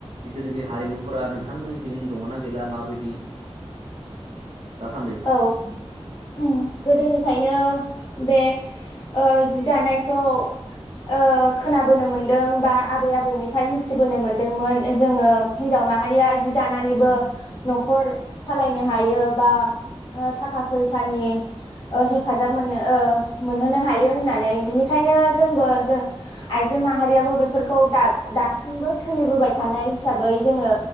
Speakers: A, on the right (about 75°); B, on the left (about 50°).
A: जिथुनोखि हारिमुफोरा नोंथांमोननिथिं दङना गैला माबायदि दासान्दि
B: औ ओम गोदोनिफ्रायनो बे ओ जि दानायखौ ओ खोनाबोनो मोनदों बा आबै आबौनिफ्राय मिथिबोनो मोनदोंमोन जोङो हिनजाव माहारिया जि दानानैबो न'खर सालायनो हायो बा ओ थाखा फैसानि ओ हेफाजाब मोनो ओ मोनहोनो हायो होननानै बिनिखायनो जोंबो जों आइजो माहारियाबो बेफोरखौ दा दासिमबो सोलिबोबाय थानाय हिसाबै जोङो